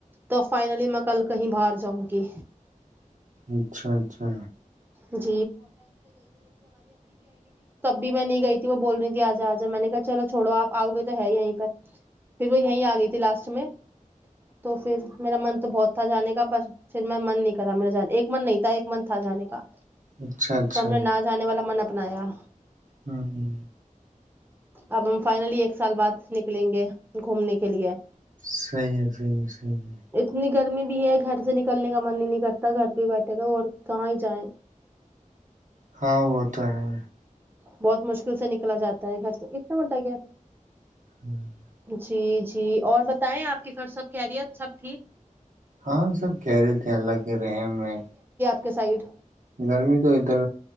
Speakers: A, on the right; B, on the right.
A: تو فائنلی میں کل کہیں باہر جاؤںگی
B: اچھا اچھا
A: تب بھی میں نہیں گئی تھی وہ بول رہی تھی اجا اجا میں نے کہا چلو چھوڑو اپ اؤ گے تو ہیں یہیں پر پھر وہ یہیں ا گئی تھی لاسٹ میں تو پھر میرا من تو بہت تھا جانے کا پر پھر میں من نہیں کر رہا میری جان ایک من نہیں تھا ایک من تھا جانے کا تو
B: اچھا اچھا
A: ہم نے نہ جانے والا من اپنایا
B: ہاں ہ
A: اب ہم فائنلی ایک سال بعد نکلیں گے گھومنے کے لیے
B: صحی ہے صحی ہے صحیح ہے
A: اتنی گرمی بھی ہے گھر سے نکلنے کا من ہی نہیں کرتا گھر پہ ہی بیٹھے رہ اور کہ ہی جائیں
B: ہاں وہ تو ہے
A: بہت مشکل سے نکلا جاتا ہے گھر تو کتنا مڈا گ
B: <unintelligible>
A: جی جی اور بتائیں آپ کے گھر سب خیریت سب ٹھیک
B: ہاں سب کہہ رہے تھے سے الگ کے ریم میں
A: ایک سائڈ
B: گرمی تو ادھر